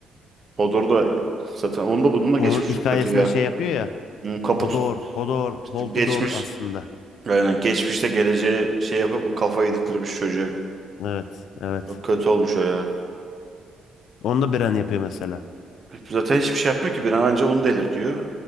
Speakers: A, on the right (about 40°); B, on the left (about 75°).
A: Hodor da zaten onun da bunun da
B: Onun
A: geçmiş
B: hikayesinde
A: çok kötü ya.
B: şey yapıyor ya.
A: Bunun Kapı
B: Hodor,
A: tut
B: Hodor,
A: işte
B: Holtudor
A: geçmiş.
B: aslında.
A: Aynen. Geçmişte geleceği şey yapıp kafayı yedirtmiş çocuğa.
B: Evet, evet.
A: Çok kötü olmuş o ya.
B: Onu da Bran yapıyor mesela.
A: Zaten hiçbir şey yapmıyor ki bir an anca onu delirtiyor.